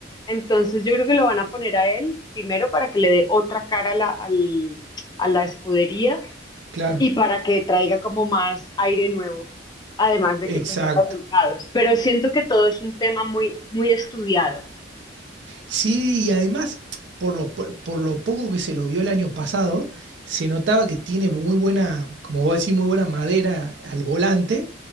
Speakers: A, on the left; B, on the right.
A: Entonces yo creo que lo van a poner a él primero para que le dé otra cara a la, al- a la escudería
B: claro,
A: y para que traiga como más aire nuevo, además de
B: exacto.
A: que pues dé resultados. Pero siento que todo es un tema muy, muy estudiado.
B: Sí, y además, por lo, po- por lo poco que se lo vio el año pasado, se notaba que tiene muy buena, como vos decís, muy buena madera al volante,